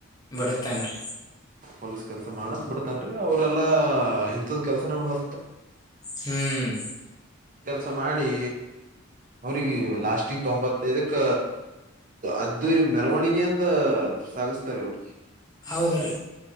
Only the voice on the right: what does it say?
ಹೊಲಸ ಕೆಲ್ಸ ಮಾಡಸ್ ಬಿಡತನ್ೀ ಅವ್ರಲ್ಲ ಎಂತದ ಕೆಲ್ಸ ನಮ ಹ
ಸ ಮಾಡಿ ಅವ್ರಿಗೆ ಲಾಸ್ಟ್ ತೊಂಬತ್ತೈದಕ್ಕ ಅದ್ದ ಮೆರವಣಿಗೆಯಂದ ಸಾಗಸ್ತಾರೆ ಅವ್ರಿಗೆ